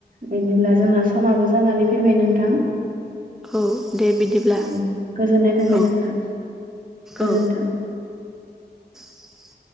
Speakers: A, on the right (about 50°); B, in the centre.
A: बिदिब्ला जोंना समाबो जानानै फैबाय नोंथां
B: औ दे बिदिब्ला
A: औ गोजोननाय थाबाय
B: औ
A: नोंथां गोजोनथों।
B: औ <unintelligible>